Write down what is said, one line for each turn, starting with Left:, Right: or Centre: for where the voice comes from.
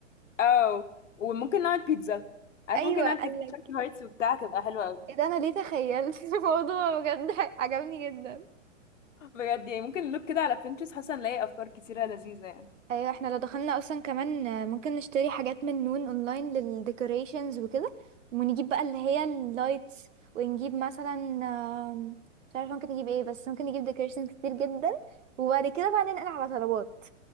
Left: اه وممكن نعمل بيتزا عارف
Right: أيوة
Left: ممكن نعمل
Right: قالك
Left: بيتزا <laughs> شكل هايتس وبتاع تبقى حلوة قوي
Right: ايه ده أنا ليه تخيلت <laughs> الموضوع بجد عجبني جدا
Left: بجد يعني ممكن نلوك كده على بنترست حاسه نلاقي افكار كتيره لذيذه يعني
Right: أيوة احنا لو دخلنا أصلا كمان آه، ممكن نشتري حاجات من نون أونلاين للديكوريشنز وكده ونجيب بقى اللي هي اللايتس ونجيب مثلا آم، مش عارفة ممكن نجيب ايه بس ممكن نجيب ديكوريشنز كتير جدا وبعد كده بقى ننقل على طلبات